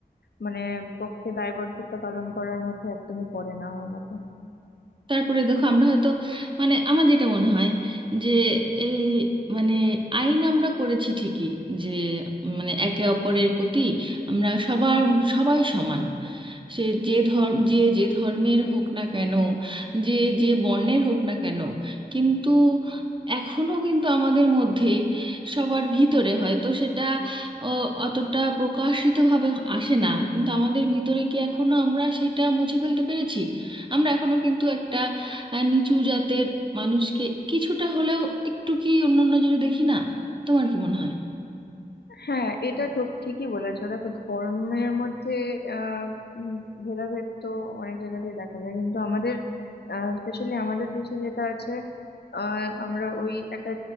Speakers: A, on the left; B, on the right.
A: মানে পক্ষে দায়বদ্ধতা পালন করার মধ্যে একদমই পড়ে না আমার মতে
B: তারপরে দেখো আমরা হয়তো মানে আমার যেটা মনে হয় যে এই মানে আইন আমরা করেছি ঠিকই যে মানে একে অপরের প্রতি আমরা সবার সবাই সমান সে যে ধর্ম যে যে ধর্মের হোক না কেন যে যে বর্ণের হোক না কেন কিন্তু এখনো কিন্তু আমাদের মধ্যে সবার ভিতরে হয়তো সেটা অ, অতটা প্রকাশিতভাবে আসে না কিন্তু আমাদের ভিতরে কি এখনো আমরা সেটা মুছে ফেলতে পেরেছি আমরা এখনো কিন্তু একটা আহ, নিচু জাতের মানুষকে কিছুটা হলেও একটু কি অন্য নজরে দেখি না তোমার কি মনে হয়
A: হ্যাঁ এটা ঠিক ঠিকই বলেছো দেখো ধর্মের মধ্যে আহ উম, ভেদাভেদ তো অনেক জায়গাতেই দেখা যায় কিন্তু আমাদের স্পেশালি আমাদের দেশে যেটা আছে আহ আমরা ওই একটা